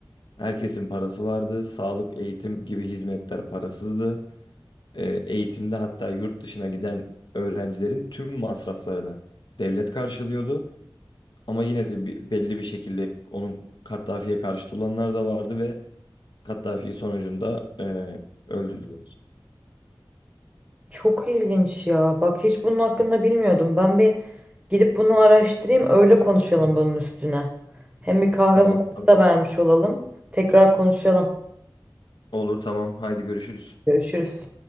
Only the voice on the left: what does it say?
Herkesin parası vardı. Sağlık, eğitim gibi hizmetler parasızdı. e, eğitimde hatta yurt dışına giden öğrencilerin tüm masraflarını devlet karşılıyordu. Ama yine de bir- belli bir şekilde onun Kaddafi'ye karşıt olanlar da vardı ve Kaddafi'yi sonucunda e, öldürdüler.
Tamam,
tamam.
Olur tamam. Haydi görüşürüz.